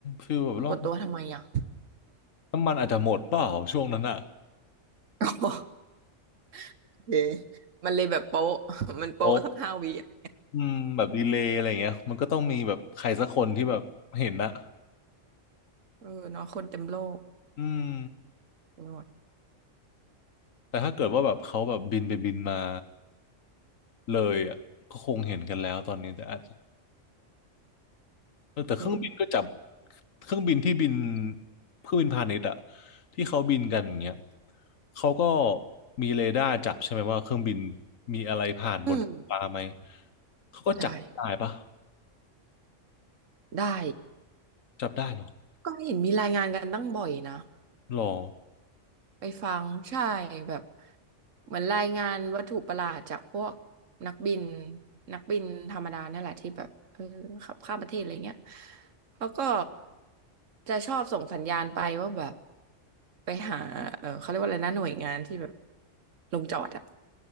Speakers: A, on the left (about 85°); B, on the right (about 75°).
A: ฟีลแบบล่อง
B: ปรากฏตัวทำไมอ่ะ
A: น้ำมันอาจจะหมดเปล่าช่วงนั้นอ่ะ
B: <laughs> โอเค <laughs> มันเลยแบบโป๊ะ <laughs> มันโป๊ะสักห้าวิอะ
A: โอ้อืมแบบดีเลย์อะไรอย่างเงี้ยมันก็ต้องมีแบบใครสักคนที่แบบเห็นนะ
B: เออเออเนาะคนเต็มโลก
A: อืม
B: ไปหมด
A: แต่ถ้าเกิดว่าแบบเขาแบบบินไปบินมาเลยอ่ะก็คงเห็นกันแล้วตอนนี้แต่อาจจะ เออแต่เครื่องบินก็จับ
B: เออ
A: เครื่องบินที่บินเครื่องบินพาณิชย์อะที่เขาบินกันอย่างเงี้ยเขาก็มีเรดาร์จับใช่ไหมว่าเครื่องบินมีอะไรผ่านบนท้องฟ้าไหม
B: อืม
A: เขาก็จับได้ปะ
B: ใช่ได้
A: จับได้เหรอ
B: ก็เห็นมีรายงานกันตั้งบ่อยนะ
A: หรอ
B: ไปฟังใช่แบบเหมือนรายงานวัตถุประหลาดจากพวกนักบินนักบินธรรมดานั่นแหละที่แบบเออขับข้ามประเทศอะไรเงี้ยเขาก็จะชอบส่งสัญญาณไปว่าแบบไปหาเออเขาเรียกว่าอะไรนะหน่วยงานที่แบบลงจอดอะ